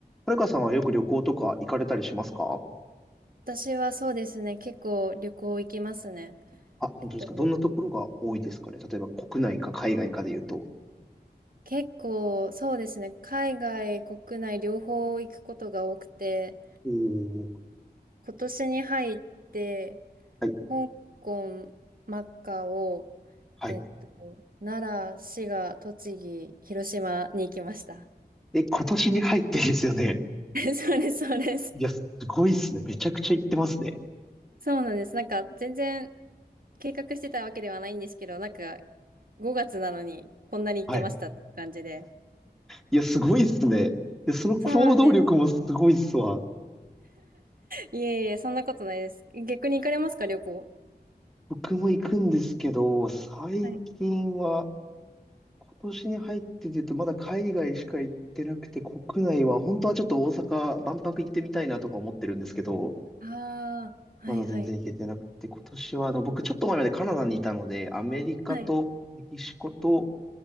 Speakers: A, in the centre; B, on the right.
A: はるかさんはよく旅行とか行かれたりしますか
B: 私はそうですね、結構旅行行きますね。
A: あ、本当ですかどんなところが多いですかね例えば国内か海外かで言うと。
B: えっと、結構そうですね、海外、国内両方行くことが多くて、
A: おー、
B: 今年に入って、
A: はい、
B: 香港、マカオ、
A: はい。
B: えっと、奈良、滋賀、栃木、広島に行きました。
A: え、今年に入ってですよね。
B: <laughs> そうです、そうです。
A: いや、すごいっすね。めちゃくちゃ行ってますね。
B: そうなんです。なんか全然計画してたわけではないんですけど、なんか5月なのにこんなに行ってましたって感じで。
A: はい。いや、すごいっすね。いや、その行動力もすごいっすわ。
B: そうなんです。いえいえ、そんなことないです。逆に行かれますか、旅行。
A: 僕も行くんですけど、最近は、
B: はい。
A: 今年に入ってで言うと、まだ海外しか行ってなくて、国内は、本当はちょっと大阪、万博行ってみたいなとか思ってるんですけど、
B: ああ、はいはい。
A: まだ全然行けてなくて、今年はあの、僕ちょっと前までカナダにいたので、アメリカとメキシコと、
B: はい。